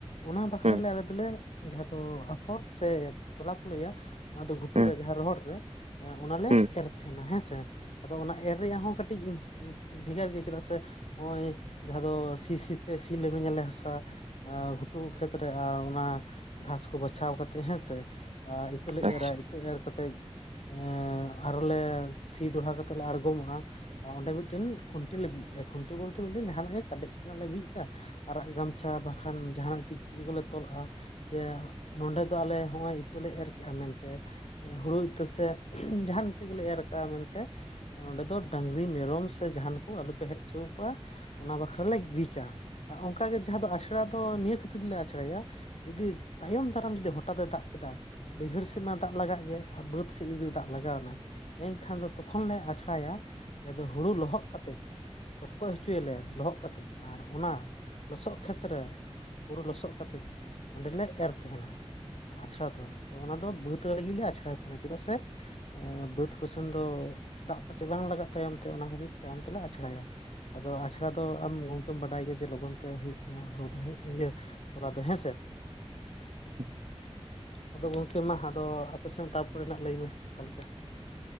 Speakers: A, on the left; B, on the right.
A: ᱚᱱᱟ ᱵᱟᱠᱷᱨᱟ
B: ᱦᱩᱸ
A: ᱞᱮ ᱟᱞᱮ ᱫᱚᱞᱮᱻᱼ ᱡᱟᱦᱟᱸ ᱫᱚ ᱟᱯᱷᱚᱨ ᱥᱮ ᱛᱚᱞᱟ ᱠᱚ ᱞᱟᱹᱭᱟ ᱚᱱᱟ ᱫᱚ ᱜᱷᱩᱴᱩ
B: ᱦᱩᱸ
A: ᱨᱮ ᱡᱟᱦᱟᱸ ᱨᱚᱦᱚᱲ ᱨᱮᱻᱻ ᱮᱸ ᱚᱱᱟᱞᱮ
B: ᱦᱩᱸ
A: ᱮᱨ ᱛᱟᱦᱮᱸᱱᱟ ᱦᱮᱸᱥᱮ ᱟᱫᱚ ᱚᱱᱟ ᱮᱨ ᱨᱮᱭᱟᱜ ᱦᱚᱸ ᱠᱟᱹᱴᱤᱡᱻᱻ ᱵᱷᱮᱜᱟᱨ ᱜᱮ ᱪᱮᱫᱟᱜ ᱥᱮ ᱱᱚᱜᱼᱚᱭ ᱡᱟᱦᱟᱸ ᱫᱚ ᱥᱤ ᱥᱤᱛᱮ ᱥᱤ ᱞᱮᱢᱮᱧᱟᱞᱮ ᱦᱟᱥᱟᱼᱻ ᱟ ᱜᱷᱩᱴᱩ ᱠᱷᱮᱛ ᱨᱮ ᱟᱨ ᱚᱱᱟ ᱜᱷᱟᱥ ᱠᱚ ᱵᱟᱪᱷᱟᱣ ᱠᱟᱛᱮ ᱦᱮᱸᱥᱮᱻ ᱟ ᱤᱛᱟᱹ
B: ᱟᱪᱪᱷᱟ
A: ᱞᱮ ᱮᱨᱟ, ᱤᱛᱟᱹ ᱮᱨ ᱠᱟᱛᱮᱡᱻᱻ ᱮᱸ ᱟᱨ ᱦᱚᱞᱮ ᱥᱤ ᱫᱚᱲᱦᱟ ᱠᱟᱛᱮ ᱞᱮ ᱟᱬᱜᱚᱢᱚᱜᱼᱟ᱾ ᱟ ᱚᱸᱰᱮ ᱢᱤᱫᱴᱮᱱ ᱠᱷᱩᱱᱴᱤ ᱞᱮ ᱵᱤᱫ ᱠᱟᱜᱼᱟ, ᱠᱷᱩᱱᱴᱤ ᱵᱚᱞᱛᱮ ᱢᱤᱫᱴᱮᱱ ᱡᱟᱦᱟᱸᱱᱟᱜ ᱜᱮ ᱠᱟᱰᱮᱡ ᱛᱟᱱᱟᱜ ᱞᱮ ᱵᱤᱫ ᱠᱟᱜ, ᱟᱨᱟᱜ ᱜᱟᱢᱪᱷᱟ ᱵᱟᱠᱷᱟᱱ ᱡᱟᱦᱟᱸᱱᱟᱜ ᱪᱤᱠ ᱪᱤᱠᱤ ᱠᱚᱞᱮ ᱛᱚᱞ ᱞᱟᱜᱼᱟ, ᱡᱮ ᱱᱚᱸᱰᱮ ᱫᱚ ᱟᱞᱮ ᱦᱚᱸᱜᱼᱚᱭ ᱤᱛᱟᱹ ᱞᱮ ᱮᱨ ᱠᱮᱜᱼᱟ ᱢᱮᱱᱛᱮ, ᱦᱩᱲᱩᱭ ᱤᱛᱟᱹ ᱥᱮ <unintelligible> ᱡᱟᱦᱟᱸᱱ ᱤᱛᱟᱹ ᱜᱮᱞᱮ ᱮᱨ ᱟᱠᱟᱼᱟ ᱢᱮᱱᱛᱮ ᱱᱚᱰᱮ ᱫᱚ ᱰᱟᱺᱜᱽᱨᱤ, ᱢᱮᱨᱚᱢ ᱥᱮ ᱡᱟᱦᱟᱸᱱ ᱠᱚ ᱟᱹᱞᱩ ᱯᱮ ᱦᱮᱡ ᱚᱪᱚ ᱟᱠᱚᱣᱟ ᱚᱱᱟ ᱵᱟᱠᱷᱨᱟ ᱞᱮ ᱵᱤᱪᱼᱟ, ᱟ ᱚᱸᱠᱟ ᱜᱮ ᱡᱟᱦᱟᱸ ᱫᱚ ᱟᱥᱲᱟ ᱫᱚ ᱱᱤᱭᱟᱹ ᱠᱷᱟᱹᱛᱤᱨ ᱞᱮ ᱟᱪᱷᱲᱟᱭᱟ ᱡᱩᱫᱤ ᱛᱟᱭᱚᱢ ᱫᱟᱨᱟᱢ ᱡᱩᱫᱤ ᱦᱚᱴᱟᱛ ᱮ ᱫᱟᱜ ᱠᱮᱫᱟ ᱵᱟᱹᱭᱦᱟᱹᱲ ᱥᱮᱫ ᱢᱟ ᱫᱟᱜ ᱞᱟᱜᱟᱜ ᱜᱮᱭᱟ, ᱟ ᱵᱟᱹᱫᱽ ᱥᱮᱡ ᱡᱩᱫᱤ ᱫᱟᱜ ᱞᱟᱜᱟᱣᱮᱱᱟ ᱮᱸᱠᱷᱟᱱ ᱫᱚ ᱛᱚᱠᱷᱚᱱ ᱞᱮ ᱟᱪᱷᱲᱟᱭᱟ ᱡᱟ ᱫᱚ ᱦᱩᱲᱩ ᱞᱚᱦᱚᱫ ᱠᱟᱛᱮᱡ ᱯᱚᱴᱠᱚᱡ ᱦᱚᱪᱚᱭᱟᱞᱮ ᱞᱚᱦᱚᱜ ᱠᱟᱛᱮᱡ ᱟᱨ ᱚᱱᱟ ᱞᱚᱥᱚᱜ ᱠᱷᱮᱛ ᱨᱮ ᱯᱩᱨᱟᱹ ᱞᱚᱥᱚᱜ ᱠᱟᱛᱮᱡ ᱚᱸᱰᱮ ᱞᱮ ᱮᱨ ᱛᱟᱦᱮᱸᱱᱟ᱾ ᱟᱪᱷᱲᱟ ᱫᱚ ᱛᱚ ᱚᱱᱟ ᱫᱚ ᱵᱟᱹᱫᱽ ᱟᱲᱮ ᱜᱮᱞᱮ ᱟᱪᱷᱲᱟᱭ ᱛᱟᱦᱮᱸᱱᱟ ᱪᱮᱫᱟᱜ ᱥᱮ ᱮᱸ ᱵᱟᱹᱫᱽ ᱠᱚᱥᱮᱱ ᱫᱚ ᱫᱟᱜ ᱯᱟᱪᱷᱮ ᱵᱟᱝ ᱞᱟᱜᱟᱜ ᱛᱟᱭᱚᱢ ᱛᱮ ᱚᱱᱟ ᱠᱷᱟᱹᱛᱤᱨ ᱛᱟᱭᱚᱢ ᱛᱮᱞᱮ ᱟᱪᱷᱲᱟᱭᱟ᱾ ᱟᱫᱚ ᱟᱪᱲᱟ ᱫᱚ ᱟᱢ ᱜᱚᱝᱠᱮᱢ ᱵᱟᱰᱟᱭ ᱜᱮᱭᱟ ᱡᱮ ᱞᱚᱜᱚᱱ ᱛᱮ ᱦᱩᱭᱩᱜ ᱛᱟᱦᱮᱸᱱᱟ ᱦᱩᱲᱳ ᱫᱚ ᱦᱮᱸᱥᱮ, ᱤᱭᱟᱹ ᱛᱚᱞᱟ ᱫᱚ ᱦᱮᱸᱥᱮ?
B: <inaudible>
A: ᱟᱫᱚ ᱜᱚᱝᱠᱮ ᱢᱟ ᱟᱫᱚ ᱟᱯᱮ ᱥᱮᱱ ᱛᱟᱨᱯᱚᱨᱮ ᱞᱟᱹᱭ ᱢᱮ ᱚᱱᱠᱟ ᱞᱮᱠᱟ᱾